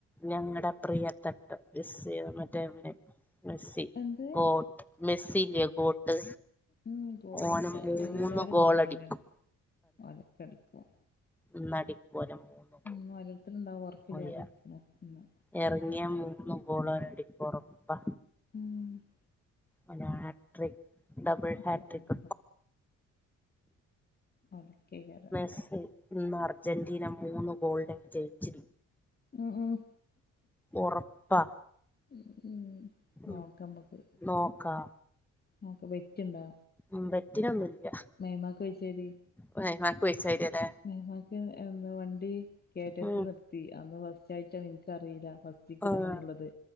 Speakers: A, in the centre; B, on the left.
A: ഞങ്ങടെ പ്രിയപ്പെട്ട ജെസ്സി മറ്റേ മെസ്സി
B: എന്ത്
A: ഗോട്ട് മെസ്സി ഇല്ലേ ഗോട്ട്
B: ഉം ഗോട്ട്
A: ഓന്
B: എല്ലാവരും
A: മൂന്ന് ഗോളടിക്കും
B: ഗോട്ട് തന്നെ ഒലക്കടിക്കും
A: ഇന്ന് അടികൊരം മൂന്ന് ഗോൾ
B: ഉം ഓരോര്ത്തല് ഇണ്ടാവും ഓർക്കില്ലാതെ
A: ഓയാ
B: ഇരിക്ക്ണ് ഇന്ന്
A: എറങ്ങിയ മൂന്ന് ഗോളടിക്കും ഉറപ്പ് പ
B: ഉം
A: അല്ല ഹാട്രിക് ഡബിൾ ഹാട്രിക്
B: ചെയ്യണ്ട പതുക്കെ കേറും
A: സ്സ് ഇന്ന് അർജന്റീന മൂന്ന് ഗോളിനെ വിജയിച്ച്
B: ഉം ഉം
A: ഉറപ്പാ
B: ഉം ഉം നോക്കാം
A: ഉം
B: നമ്മക്ക്
A: നോക്കാ
B: നോക്കാ ബെറ്റ്ണ്ടോ
A: ഉം ബെറ്റിനൊന്നുള്ള
B: മേമാക്ക് വെച്ചേര്
A: മേമാക്ക് വയസ്സായിട്ടില്ലെ
B: മേമ്മാക്ക് എന്താ വണ്ടി കയറ്റത്ത്
A: ഉം
B: നിർത്തി അന്ന് ഫസ്റ്റ് ആയിട്ടാ എനിക്ക്റിയില്ല ഫസ്റ്റ് റ്റക്ക്
A: ആഹ്
B: ഇടണം എന്നുള്ളത്